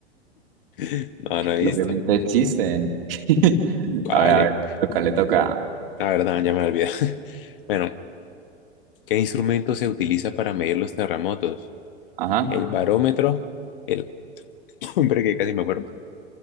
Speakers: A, on the left; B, on the right.
A: <laughs> No, no he
B: Y
A: visto.
B: obviamente existen. <laughs>
A: Vale,
B: A ver, a ver, le toca, le toca.
A: la verdad, ya me olvidé. <laughs> Bueno, ¿qué instrumento se utiliza para medir los terremotos?
B: Ajá.
A: El barómetro, el... <coughs> <clears throat> Hombre, que casi me acuerdo.